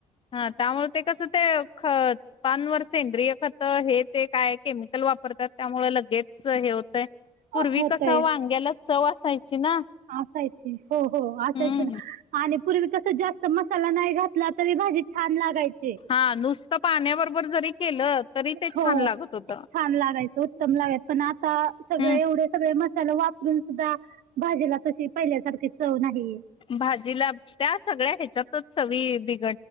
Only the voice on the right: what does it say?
हो होतय
असायची हो हो
असायची ना आणि पूर्वी कस जास्त मसाला नाही घातला तरी भाजी छान लागायची.
हो
छान लागायचं उत्तम लागायच, पण आता
सगळे एवढे सगळे मस् साले वापरून सुद्धा भाजीला तशी पहिल्यासारखी चव नाहीये